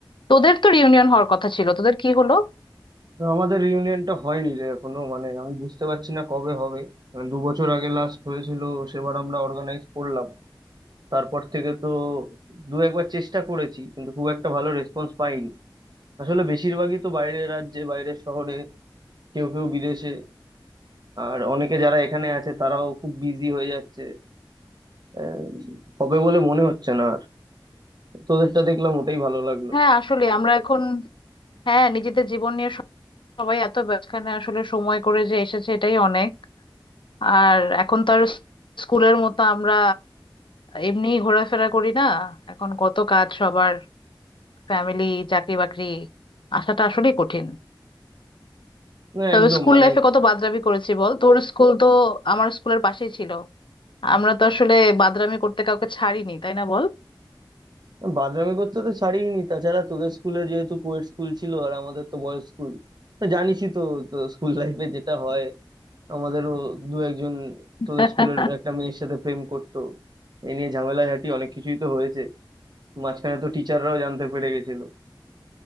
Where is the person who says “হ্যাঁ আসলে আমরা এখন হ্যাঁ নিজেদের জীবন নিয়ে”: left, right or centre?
Left